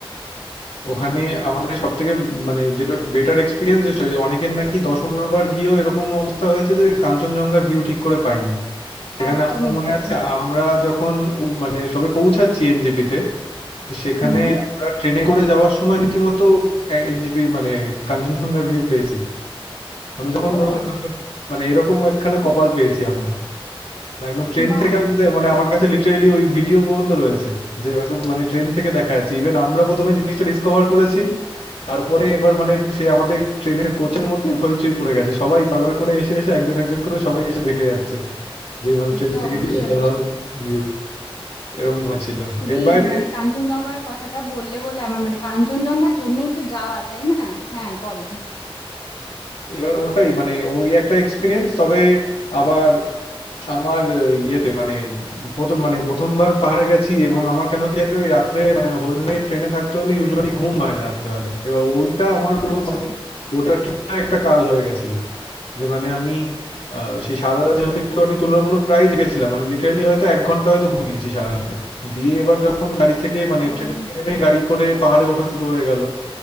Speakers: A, on the left; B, on the left.
A: ওখানে আমাদের সবথেকে মানে যেটা বেটার এক্সপিরিয়েন্স অনেকের নাকি দশ পনেরো বার গিয়েও এরকম অবস্থা হয়েছে যে কাঞ্চনজঙ্ঘার ভিউ ঠিক করে পাইনি সেখানে
B: একদমই
A: আমার মনে
B: তাই
A: আছে আমরা যখন উ- মানে সবে পৌঁছাচ্ছি এনজেপিতে তো সেখানে
B: হুম
A: আমরা ট্রেনে করে যাওয়ার সময় রীতিমতো এনজেপি মানে কাঞ্চনজঙ্ঘার ভিউ পেয়েছি মানে যখন
B: ও
A: তখন মানে এরকম একখানা কপাল পেয়েছি আমরা একদম ট্রেন
B: বাহ
A: থেকে আমাদের মানে আমার কাছে লিটারেলি ওই ভিডিও পর্যন্ত রয়েছে যে একদম মানে ট্রেন থেকে দেখা যাচ্ছে ইভেন আমরা প্রথমে জিনিসটা ডিসকভার করেছি তারপরে এবার মানে সেই আমাদের ট্রেনের কোচের মধ্যে হইচই পড়ে গেছে সবাই বারবার করে এসে এসে একজন একজন করে সবাই এসে দেখে যাচ্ছে যে মানে
B: সে
A: ট্রেন
B: তো
A: থেকে
B: অবশ্যই
A: কি অসাধারণ ভিউ এরকম হয়েছিল
B: তুমি
A: এর বাইরে
B: মানে কাঞ্চনজঙ্ঘার কথাটা বললে বলে আমার মানে কাঞ্চনজঙ্ঘার জন্যই তো যাওয়া তাই না হ্যাঁ বলো
A: এবার ওটাই মানে ওই একটা এক্সপিরিয়েন্স তবে আবার আমার আহ, ইয়েতে মানে প্রথম মানে প্রথমবার পাহাড়ে গেছি এবং আমার কেন কি জানি ওই রাত্রে মানে হোল নাইট ট্রেনে থাকতে হলে ইউজুয়ালি ঘুম হয় না রাত্রেবেলা এবার ওইটা আমার পুরো
B: আচ্ছা
A: মানে গোটা ট্রিপটা একটা কাল হয়ে গেছিল যে মানে আমি আহ, সেই সারা রাত যেহেতু একটু আমি তুলনামূলক প্রায় জেগেছিলাম মানে লিটারালি হয়তো এক ঘন্টা হয়তো ঘুমিয়েছি সারা রাতে দিয়ে এবার যখন গাড়ি থেকে মানে
B: ও
A: ট্রেন থেকে নেমে গাড়ি করে পাহাড়ে ওঠা শুরু হয়ে গেল